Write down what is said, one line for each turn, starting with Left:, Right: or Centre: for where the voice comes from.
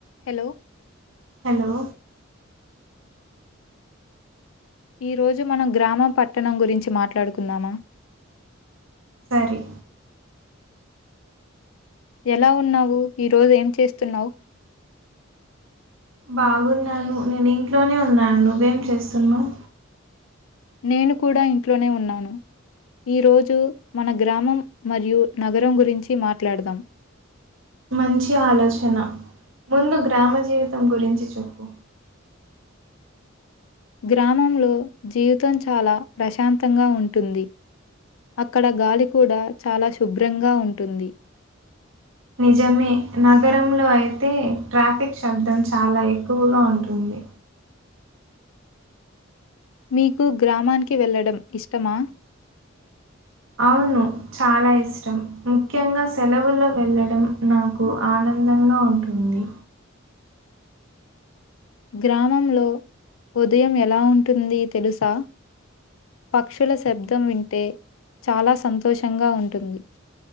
Left: Hello
Right: hello
Left: ఈ రోజు మనం గ్రామం పట్టణం గురించి మాట్లాడుకుందామా
Right: సరి
Left: ఎలా ఉన్నావు ఈ రోజు ఏం చేస్తున్నావు
Right: బాగున్నాను నేను ఇంట్లోనే ఉన్నాను నువ్వేం చేస్తున్నావు
Left: నేను కూడా ఇంట్లోనే ఉన్నాను ఈరోజు మన గ్రామం మరియు నగరం గురించి మాట్లాడదాం
Right: మంచి ఆలోచన ముందు గ్రామ జీవితం గురించి చెప్పు
Left: గ్రామంలో జీవితం చాలా ప్రశాంతంగా ఉంటుంది అక్కడ గాలి కూడా చాలా శుభ్రంగా ఉంటుంది
Right: నిజమే నగరంలో అయితే ట్రాఫిక్ శబ్దం చాలా ఎక్కువగా ఉంటుంది
Left: మీకు గ్రామానికి వెళ్ళడం ఇష్టమా
Right: అవును చాలా ఇష్టం ముఖ్యంగా సెలవుల్లో వెళ్ళడం నాకు ఆనందంగా ఉంటుంది
Left: గ్రామంలో ఉదయం ఎలా ఉంటుంది తెలుసా పక్షుల శబ్దం వింటే అంటే చాలా సంతోషంగా ఉంటుంది